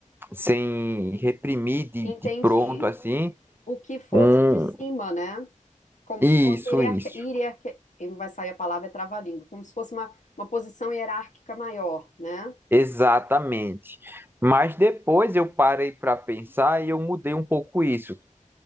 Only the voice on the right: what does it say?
sem reprimir de,
de pronto assim.
Um,
isso,
isso.
Exatamente. Mas depois eu parei para pensar e eu mudei um pouco isso.